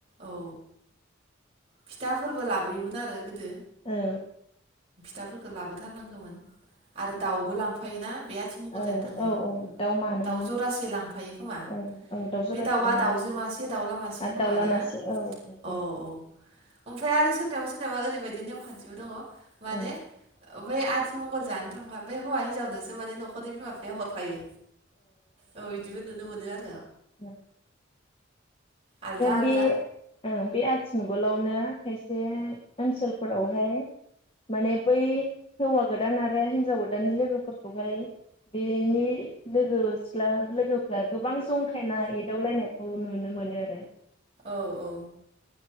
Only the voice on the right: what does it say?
औ। फिथाफोरबो लाबोयोमोन आरो गो दो
दाफोरखौ लाबोथारनांगोमोन आरो दाउबो लां फायोना बे आथिमंगल
जानो थांनायाव
दाउ जरासे लांफायो खोमा
बे
दाउआ
दाउजो मासे दाउला मासे
खोमा
ना
औ औ ओमफ्राय आरो सोरनावबा सोरना दाबो ओरैबायदि नेमखान्थिबो दङ माने
ओ बै आथिमंगल जानो थांबा बे हौवा हिनजावनोसो माने न'खरनि बिमा बिफाया हरफायो। औ इदिबो नुनो मोनो आ
आलदा आलदा
औ औ